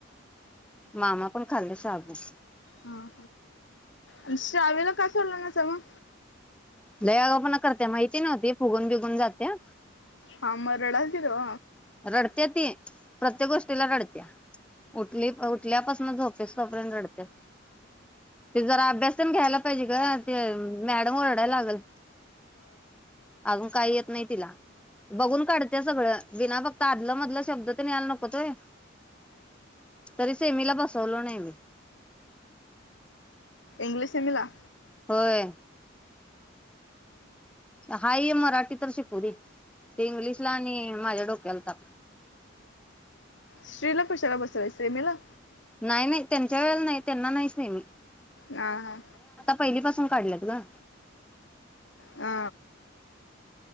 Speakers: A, in the centre; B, on the left (about 65°).
A: मामा पण खाल्ले शाबु.
B: हा आणि श्रावीला का सोडला नाहिसा मग?
A: लय आगावपणा करत्या माहिती नव्ह ती फुगून बिघून जात्या.
B: हा म रडा की ओ.
A: डते ती प्रत्येक गोष्टीला रडत्या उठली उठल्यापासून झोपेसतोपर्यंत रडत्याच ते जरा अभ्यासतेन घ्यायला पाहिजे ग ते मॅडम ओरडायला लागल अजून काही येत नाही तिला बघून काढत्या सगळं बिना फक्त आदलं मधलं शब्द तर यायला नकोत होय तरी सेमीला बसवल नाही मी.
B: इंग्लिश सेमीला.
A: होय हाय हे मराठी तर शिकु दे. ते इंग्लिश ला आणि माझ्या डो क्याला ताप.
B: श्री ला कशाला बसवलाय सेमीला?
A: नाही नाही त्यांच्या वेळेला नाही त्यांना नाहीच सेमी
B: ह हा.
A: पहिली पासून काढल्यात ग.
B: हा